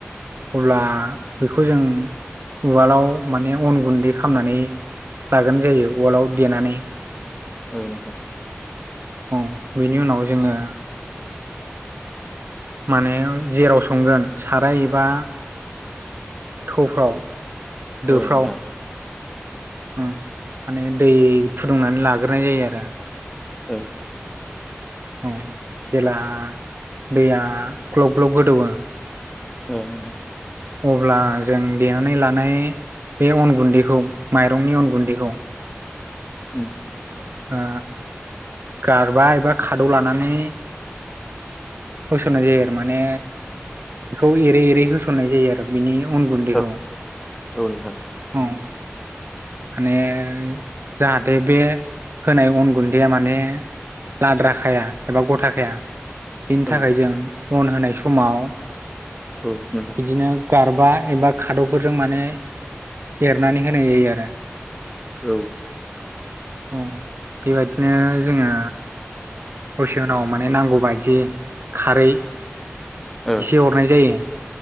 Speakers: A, on the right (about 55°); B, in the centre.
A: अब्ला बेखौ जों उवालाव माने अन गुन्दै खामनानै लागोन जायो उवालाव देनानै।
B: ओ नोंथां।
A: औ बेनि उनाव जोङो माने जेराव संगोन साराय एबा थौफ्राव। दोफ्राव
B: ओ नोंथां।
A: उम माने दै फुदुंनानै लाग्रोनाय जायो आरो।
B: ओ
A: औ जेला दैया ग्लब ग्लब गोदौयो
B: ओ नोंथां।
A: अब्ला जों देनानै लानाय बे अन गुन्दैखौ माइरंनि अन गुन्दैखौ
B: उम
A: ओ गारबा एबा खादौ लानानै होसननाय जायो आरो माने बेखौ एरै एरै होसननाय जायो आरो बिनि उन गुन्दैखौ
B: ओ औ नोंथां
A: औ। माने जाहाथे बे होनाय अन गुन्दैया माने लाद्राखाया एबा गथाखाया बिनि
B: औ
A: थाखाय जों अन होनाय समाव
B: औ नोंथां
A: बिदिनो गारबा एबा खाद'फोरजों माने एरनानै होनाय जायो आरो।
B: औ।
A: औ बेबायदिनो जोङो दसे उनाव माने नांगौबादि खारै
B: औ
A: एसे हरनाय जायो।